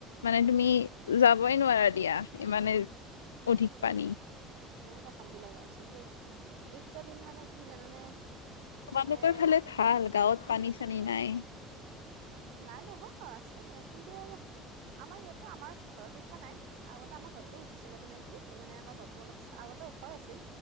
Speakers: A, on the left; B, on the right.
A: মানে তুমি যাবই নোৱাৰা দিয়া ইমানে অধিক
B: উম
A: পানী
B: বহুত অশান্তি লগা হৈছে দেই এইকেইটা দিন মানে কি জানানে
A: তোমালোকৰ
B: মানে
A: ফালে
B: কি
A: ভাল গাঁৱত পানী চানী নাই
B: নাই নহয় আছে কিন্তু আৰু আমাৰ ইয়াতে আমাৰ ঘৰত উঠা নাই আগতে আমাৰ ঘৰতো উঠিছিলে মানে কি মানে আমাৰ ঘৰত তো অলপ আগতে উখই আছিল